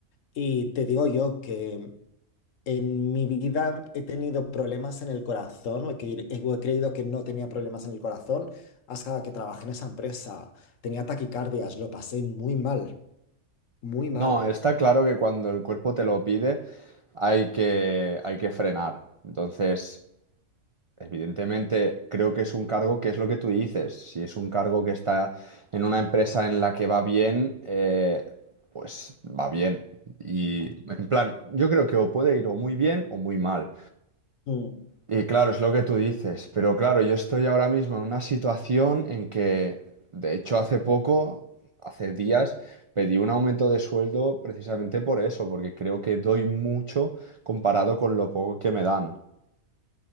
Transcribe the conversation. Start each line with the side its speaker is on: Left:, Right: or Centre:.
Left: Y te digo yo que en mi vida he tenido problemas en el corazón, o he, cre- o he creído que no tenía problemas en el corazón, hasta que trabajé en esa empresa. Tenía taquicardias, lo pasé muy mal, muy mal.
Right: No, está claro que cuando el cuerpo te lo pide hay que, hay que frenar. Entonces, evidentemente, creo que es un cargo que es lo que tú dices. Si es un cargo que está en una empresa en la que va bien, eh, pues va bien. Y en plan, yo creo que o puede ir o muy bien o muy mal.
Left: Mm.
Right: Y claro, es lo que tú dices, pero claro, yo estoy ahora mismo en una situación en que, de hecho, hace poco, hace días, pedí un aumento de sueldo precisamente por eso, porque creo que doy mucho comparado con lo poco que me dan.